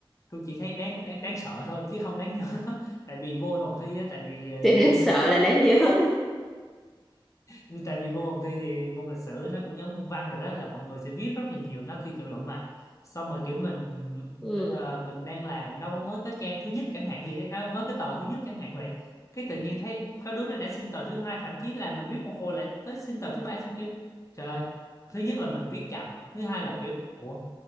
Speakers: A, on the left; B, in the centre.
A: tôi chỉ thấy đáng, đáng đáng sợ thôi chứ không đáng nhớ <laughs> tại vì vô phòng thi á tại vì ờ,
B: Thì
A: môn
B: đáng sợ
A: lịch
B: là đáng nhớ đó.
A: Nhưng tại vì vô phòng thi thì môn lịch sử nó cũng giống môn văn rồi đó là mọi người sẽ biết rất là nhiều nó thi tự luận mà xong rồi kiểu mình
B: Ừ,
A: ờ, mình đang làm đâu mới cái trang thứ nhất chẳng hạn gì đấy à, mới cái tờ thứ nhất chẳng hạn vậy cái tự nhiên thấy có đứa nó đã xin tờ thứ hai thậm chí là mình viết một hồi lại tới xin tờ thứ ba xong kiểu trời ơi, thứ nhất là mình viết chậm thứ hai là kiểu ủa